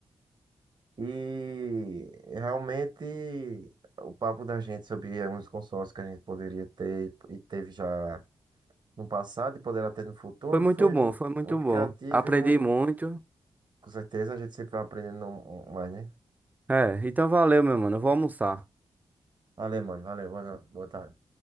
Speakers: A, on the right; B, on the right.
A: E realmente o papo da gente sobre alguns consórcios que a gente poderia ter e teve já no passado e poderá ter no futuro
B: Foi muito
A: foi
B: bom,
A: mu-
B: foi muito
A: muito
B: bom.
A: criativo
B: Aprendi
A: e muito.
B: muito.
A: Com certeza a gente sempre vai aprendendo um- um- mais, né?
B: É, então valeu, meu mano. Eu vou almoçar.
A: Valeu, mano. Valeu. Boa no- boa tarde.